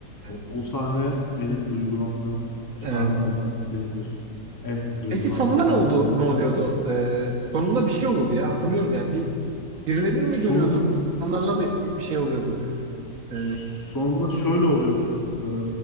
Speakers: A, on the right; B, on the left.
A: geldi.
B: o sahne benim duygulandığım
A: Evet.
B: sahnelerden biridir. En duygulandığım
A: Peki sonunda
B: sahne
A: ne oldu?
B: olabilir.
A: Ne oluyordu? Ee, sonunda
B: So-
A: bir şey oluyordu ya. Hatırlıyorum yani bir birilerini
B: so-
A: mi
B: sonunda
A: görüyordu? Bir insanlarla bir, bir şey oluyordu.
B: Sonunda
A: Ee,
B: şöyle oluyordu. Ee,